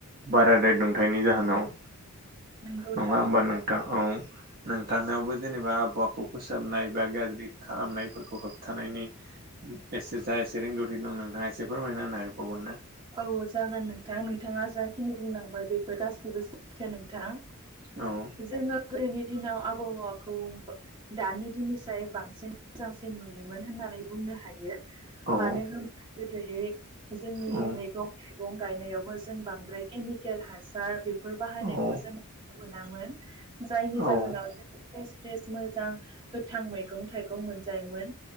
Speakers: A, on the right (about 45°); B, on the right (about 20°).
A: बारादाय दुंथायाइनि जाहोनाव।
B: नंगौ
A: नङा
B: थारैनो
A: होमबा नोंथां औ नोंथांनावबो जेनेबा आबहावाखौ फोसाबनाय बा गाज्रि खालामनायफोरखौ होबथानायनि एसे जा एसे रोंगौथि दं नोंथाङा एसे फोरमायना होनोन हागबावगोन ना?
B: औ जागोन नोंथां नोंथाङा जाखिनि बुंलांबाय बेफोर गासैबो सैथो नोंथां। <unintelligible>
A: औ
B: जोङो गोदोनि दिनाव आबहावाखौ दानि दिनिसाय बांसिन मोजांसिन नुयोमोन होननानै बुंनो हायो।
A: औ
B: मानो होनब्ला गोदोयै जोंनि
A: औ
B: मैगं थाइगं गायनायावबो जों बांद्राय केमिकेल हासार बेफोर बाहायनायखौ
A: औ
B: जों मोनामोन जायनि
A: औ
B: जाहोनाव फ्रेश फ्रेश मोजां गोथां मैगं थाइगं मोनजायोमोन